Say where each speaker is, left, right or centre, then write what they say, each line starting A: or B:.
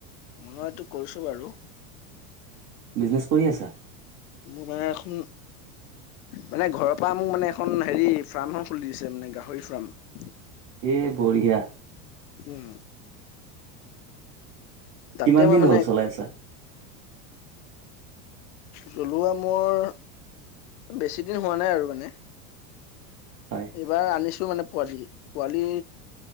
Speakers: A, on the left (about 85°); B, on the right (about 50°).
A: মই এইটো কৈছো বাৰু
B: বিজনেছ কৰি আছা
A: মোৰ মানে এখন মানে ঘৰৰ পৰা মোক মানে এখন হেৰি ফাৰ্ম এখন খুলি দিছে মানে গাহৰি ফাৰ্ম।
B: এই বঢ়িয়া
A: উম তাতে
B: কিমান
A: মই
B: দিন
A: মানে
B: হ'ল চলাই আছে।
A: ছলোৱা মোৰ বেছি দিন হোৱা নাই আৰু মানে।
B: হয়
A: এইবাৰ আনিছো। মানে পোৱালি পোৱালি